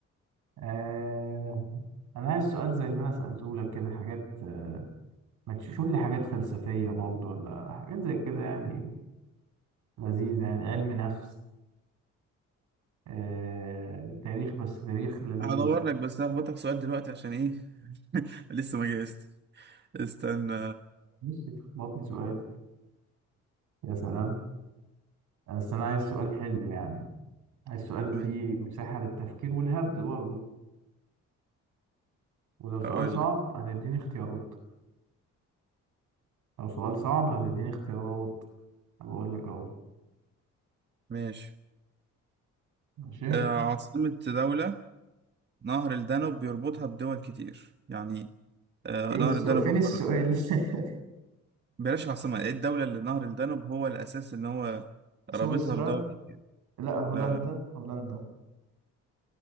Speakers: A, on the right; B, on the right.
A: آه... انا عايز سؤال زي اللي انا سألته لك كده حاجات آه، ما تشوف لي حاجات فلسفية برضو ولا حاجات زي كده يعني لذيذ يعني علم نفس آه... تاريخ بس تاريخ لذيذ
B: هدور لك بس هخبطك سؤال دلوقتي عشان ايه <laughs> لسه ما جهزت استنى
A: مش تخبطني سؤال يا سلام بس انا عايز سؤال حلو يعني عايز سؤال فيه
B: ماشي.
A: مساحة للتفكير والهبد برضو ولو سؤال
B: اقول
A: صعب
B: لك
A: هتديني اختيارات لو سؤال صعب هتديني اختيارات بقول لك اهو
B: ماشي
A: ماشي
B: آه، عاصمة دولة نهر الدانوب بيربطها بدول كتير يعني آه،
A: ايه
B: نهر
A: السؤال
B: الدانوب
A: فين
B: هو
A: السؤال <laughs>
B: بلاش العاصمة ايه الدولة اللي نهر الدانوب هو الأساس إن هو
A: سويسرا
B: رابطها بدول كتير
A: لا هولندا
B: لا لا لا
A: هولندا